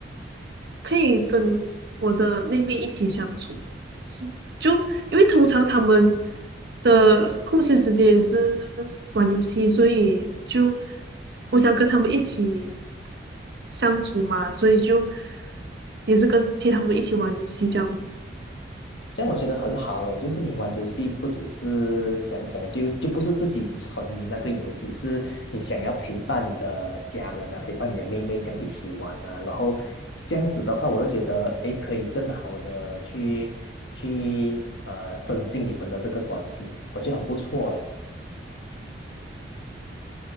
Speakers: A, on the right; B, on the left.
A: 可以跟我的妹妹一起相处，是，就因为通常他们的空闲时间也是玩游戏，所以就我想跟他们一起相处嘛，所以就也是跟陪他们一起玩游戏这样。
B: 这样我觉得很好诶，就是你玩游戏不只是讲讲，就就不是自己沉迷那个游戏，是你想要陪伴你的家人啊，陪伴你的妹妹这样一起玩啊，然后这样子的话，我就觉得诶，可以更好的去去呃增进你们的这个关系，我觉得很不错诶。